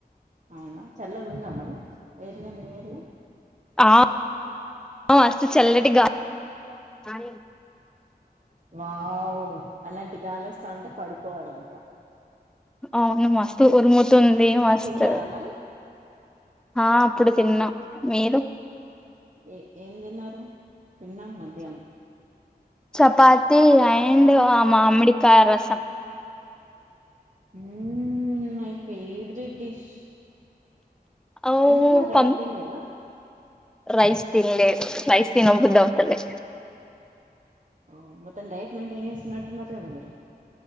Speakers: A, on the right (about 50°); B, in the centre.
A: అవునా చల్లగా ఉందా మరి ఏరియా మీ ఏరియా
B: ఆ మస్తు చల్లటి గాలి
A: వావ్ అలాంటి గాలి వస్తా ఉంటే పడుకోవాలి ఇంకా
B: అవును మస్తు వస్తుంది మస్తు
A: తిన్నారా మరి
B: ఆ అప్పుడు తిన్నాం మీరు
A: ఏ ఏం తిన్నారు తిన్నాం మధ్యాహ్నం
B: చపాాతి అండ్ ఆ మా మామిడి కాయ రసం
A: ఉమ్మ్ మై ఫేవరెట్ డిష్
B: ఓ
A: ఎందుకు మ రైస్
B: పం
A: తిన్లేదా
B: రైస్ తిన్లే రైస్ తిన బుద్ద అవుతలే
A: ఓ మొత్తం డైట్ మెయింటైన్ చేస్తున్నట్లున్నారు కదండీ